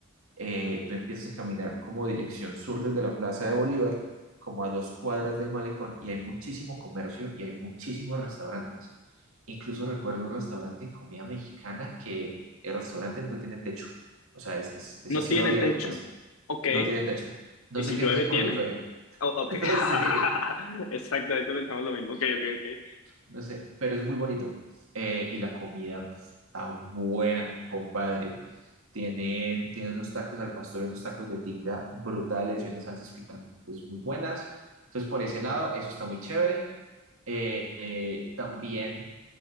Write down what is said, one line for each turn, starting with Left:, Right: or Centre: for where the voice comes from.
Right: Eh, tú empiezas a caminar como dirección sur desde la Plaza de Bolívar, como a dos cuadras del malecón, y hay muchísimo comercio y hay muchísimos restaurantes. Incluso recuerdo un restaurante de comida mexicana que el restaurante no tiene techo. O sea, es, es, es
Left: No
Right: a cielo
Left: tiene
Right: abierto,
Left: techo.
Right: pues.
Left: Ok.
Right: No tiene techo. No
Left: ¿Y
Right: sé
Left: si
Right: qué
Left: llueve,
Right: hacen
Left: tiene?
Right: cuando llueve.
Left: Oh, ok.
Right: <laughs>
Left: <laughs>
Right: No sé.
Left: Exactamente, pensamos lo mismo. Ok, ok, ok.
Right: No sé, pero es muy bonito. Eh, y la comida pues, está buena, compadre. Tienen, tienen unos tacos al pastor, y unos tacos de tinga brutales y unas salsas picantes muy buenas. Entonces, por ese lado, eso está muy chévere. Eh, eh, también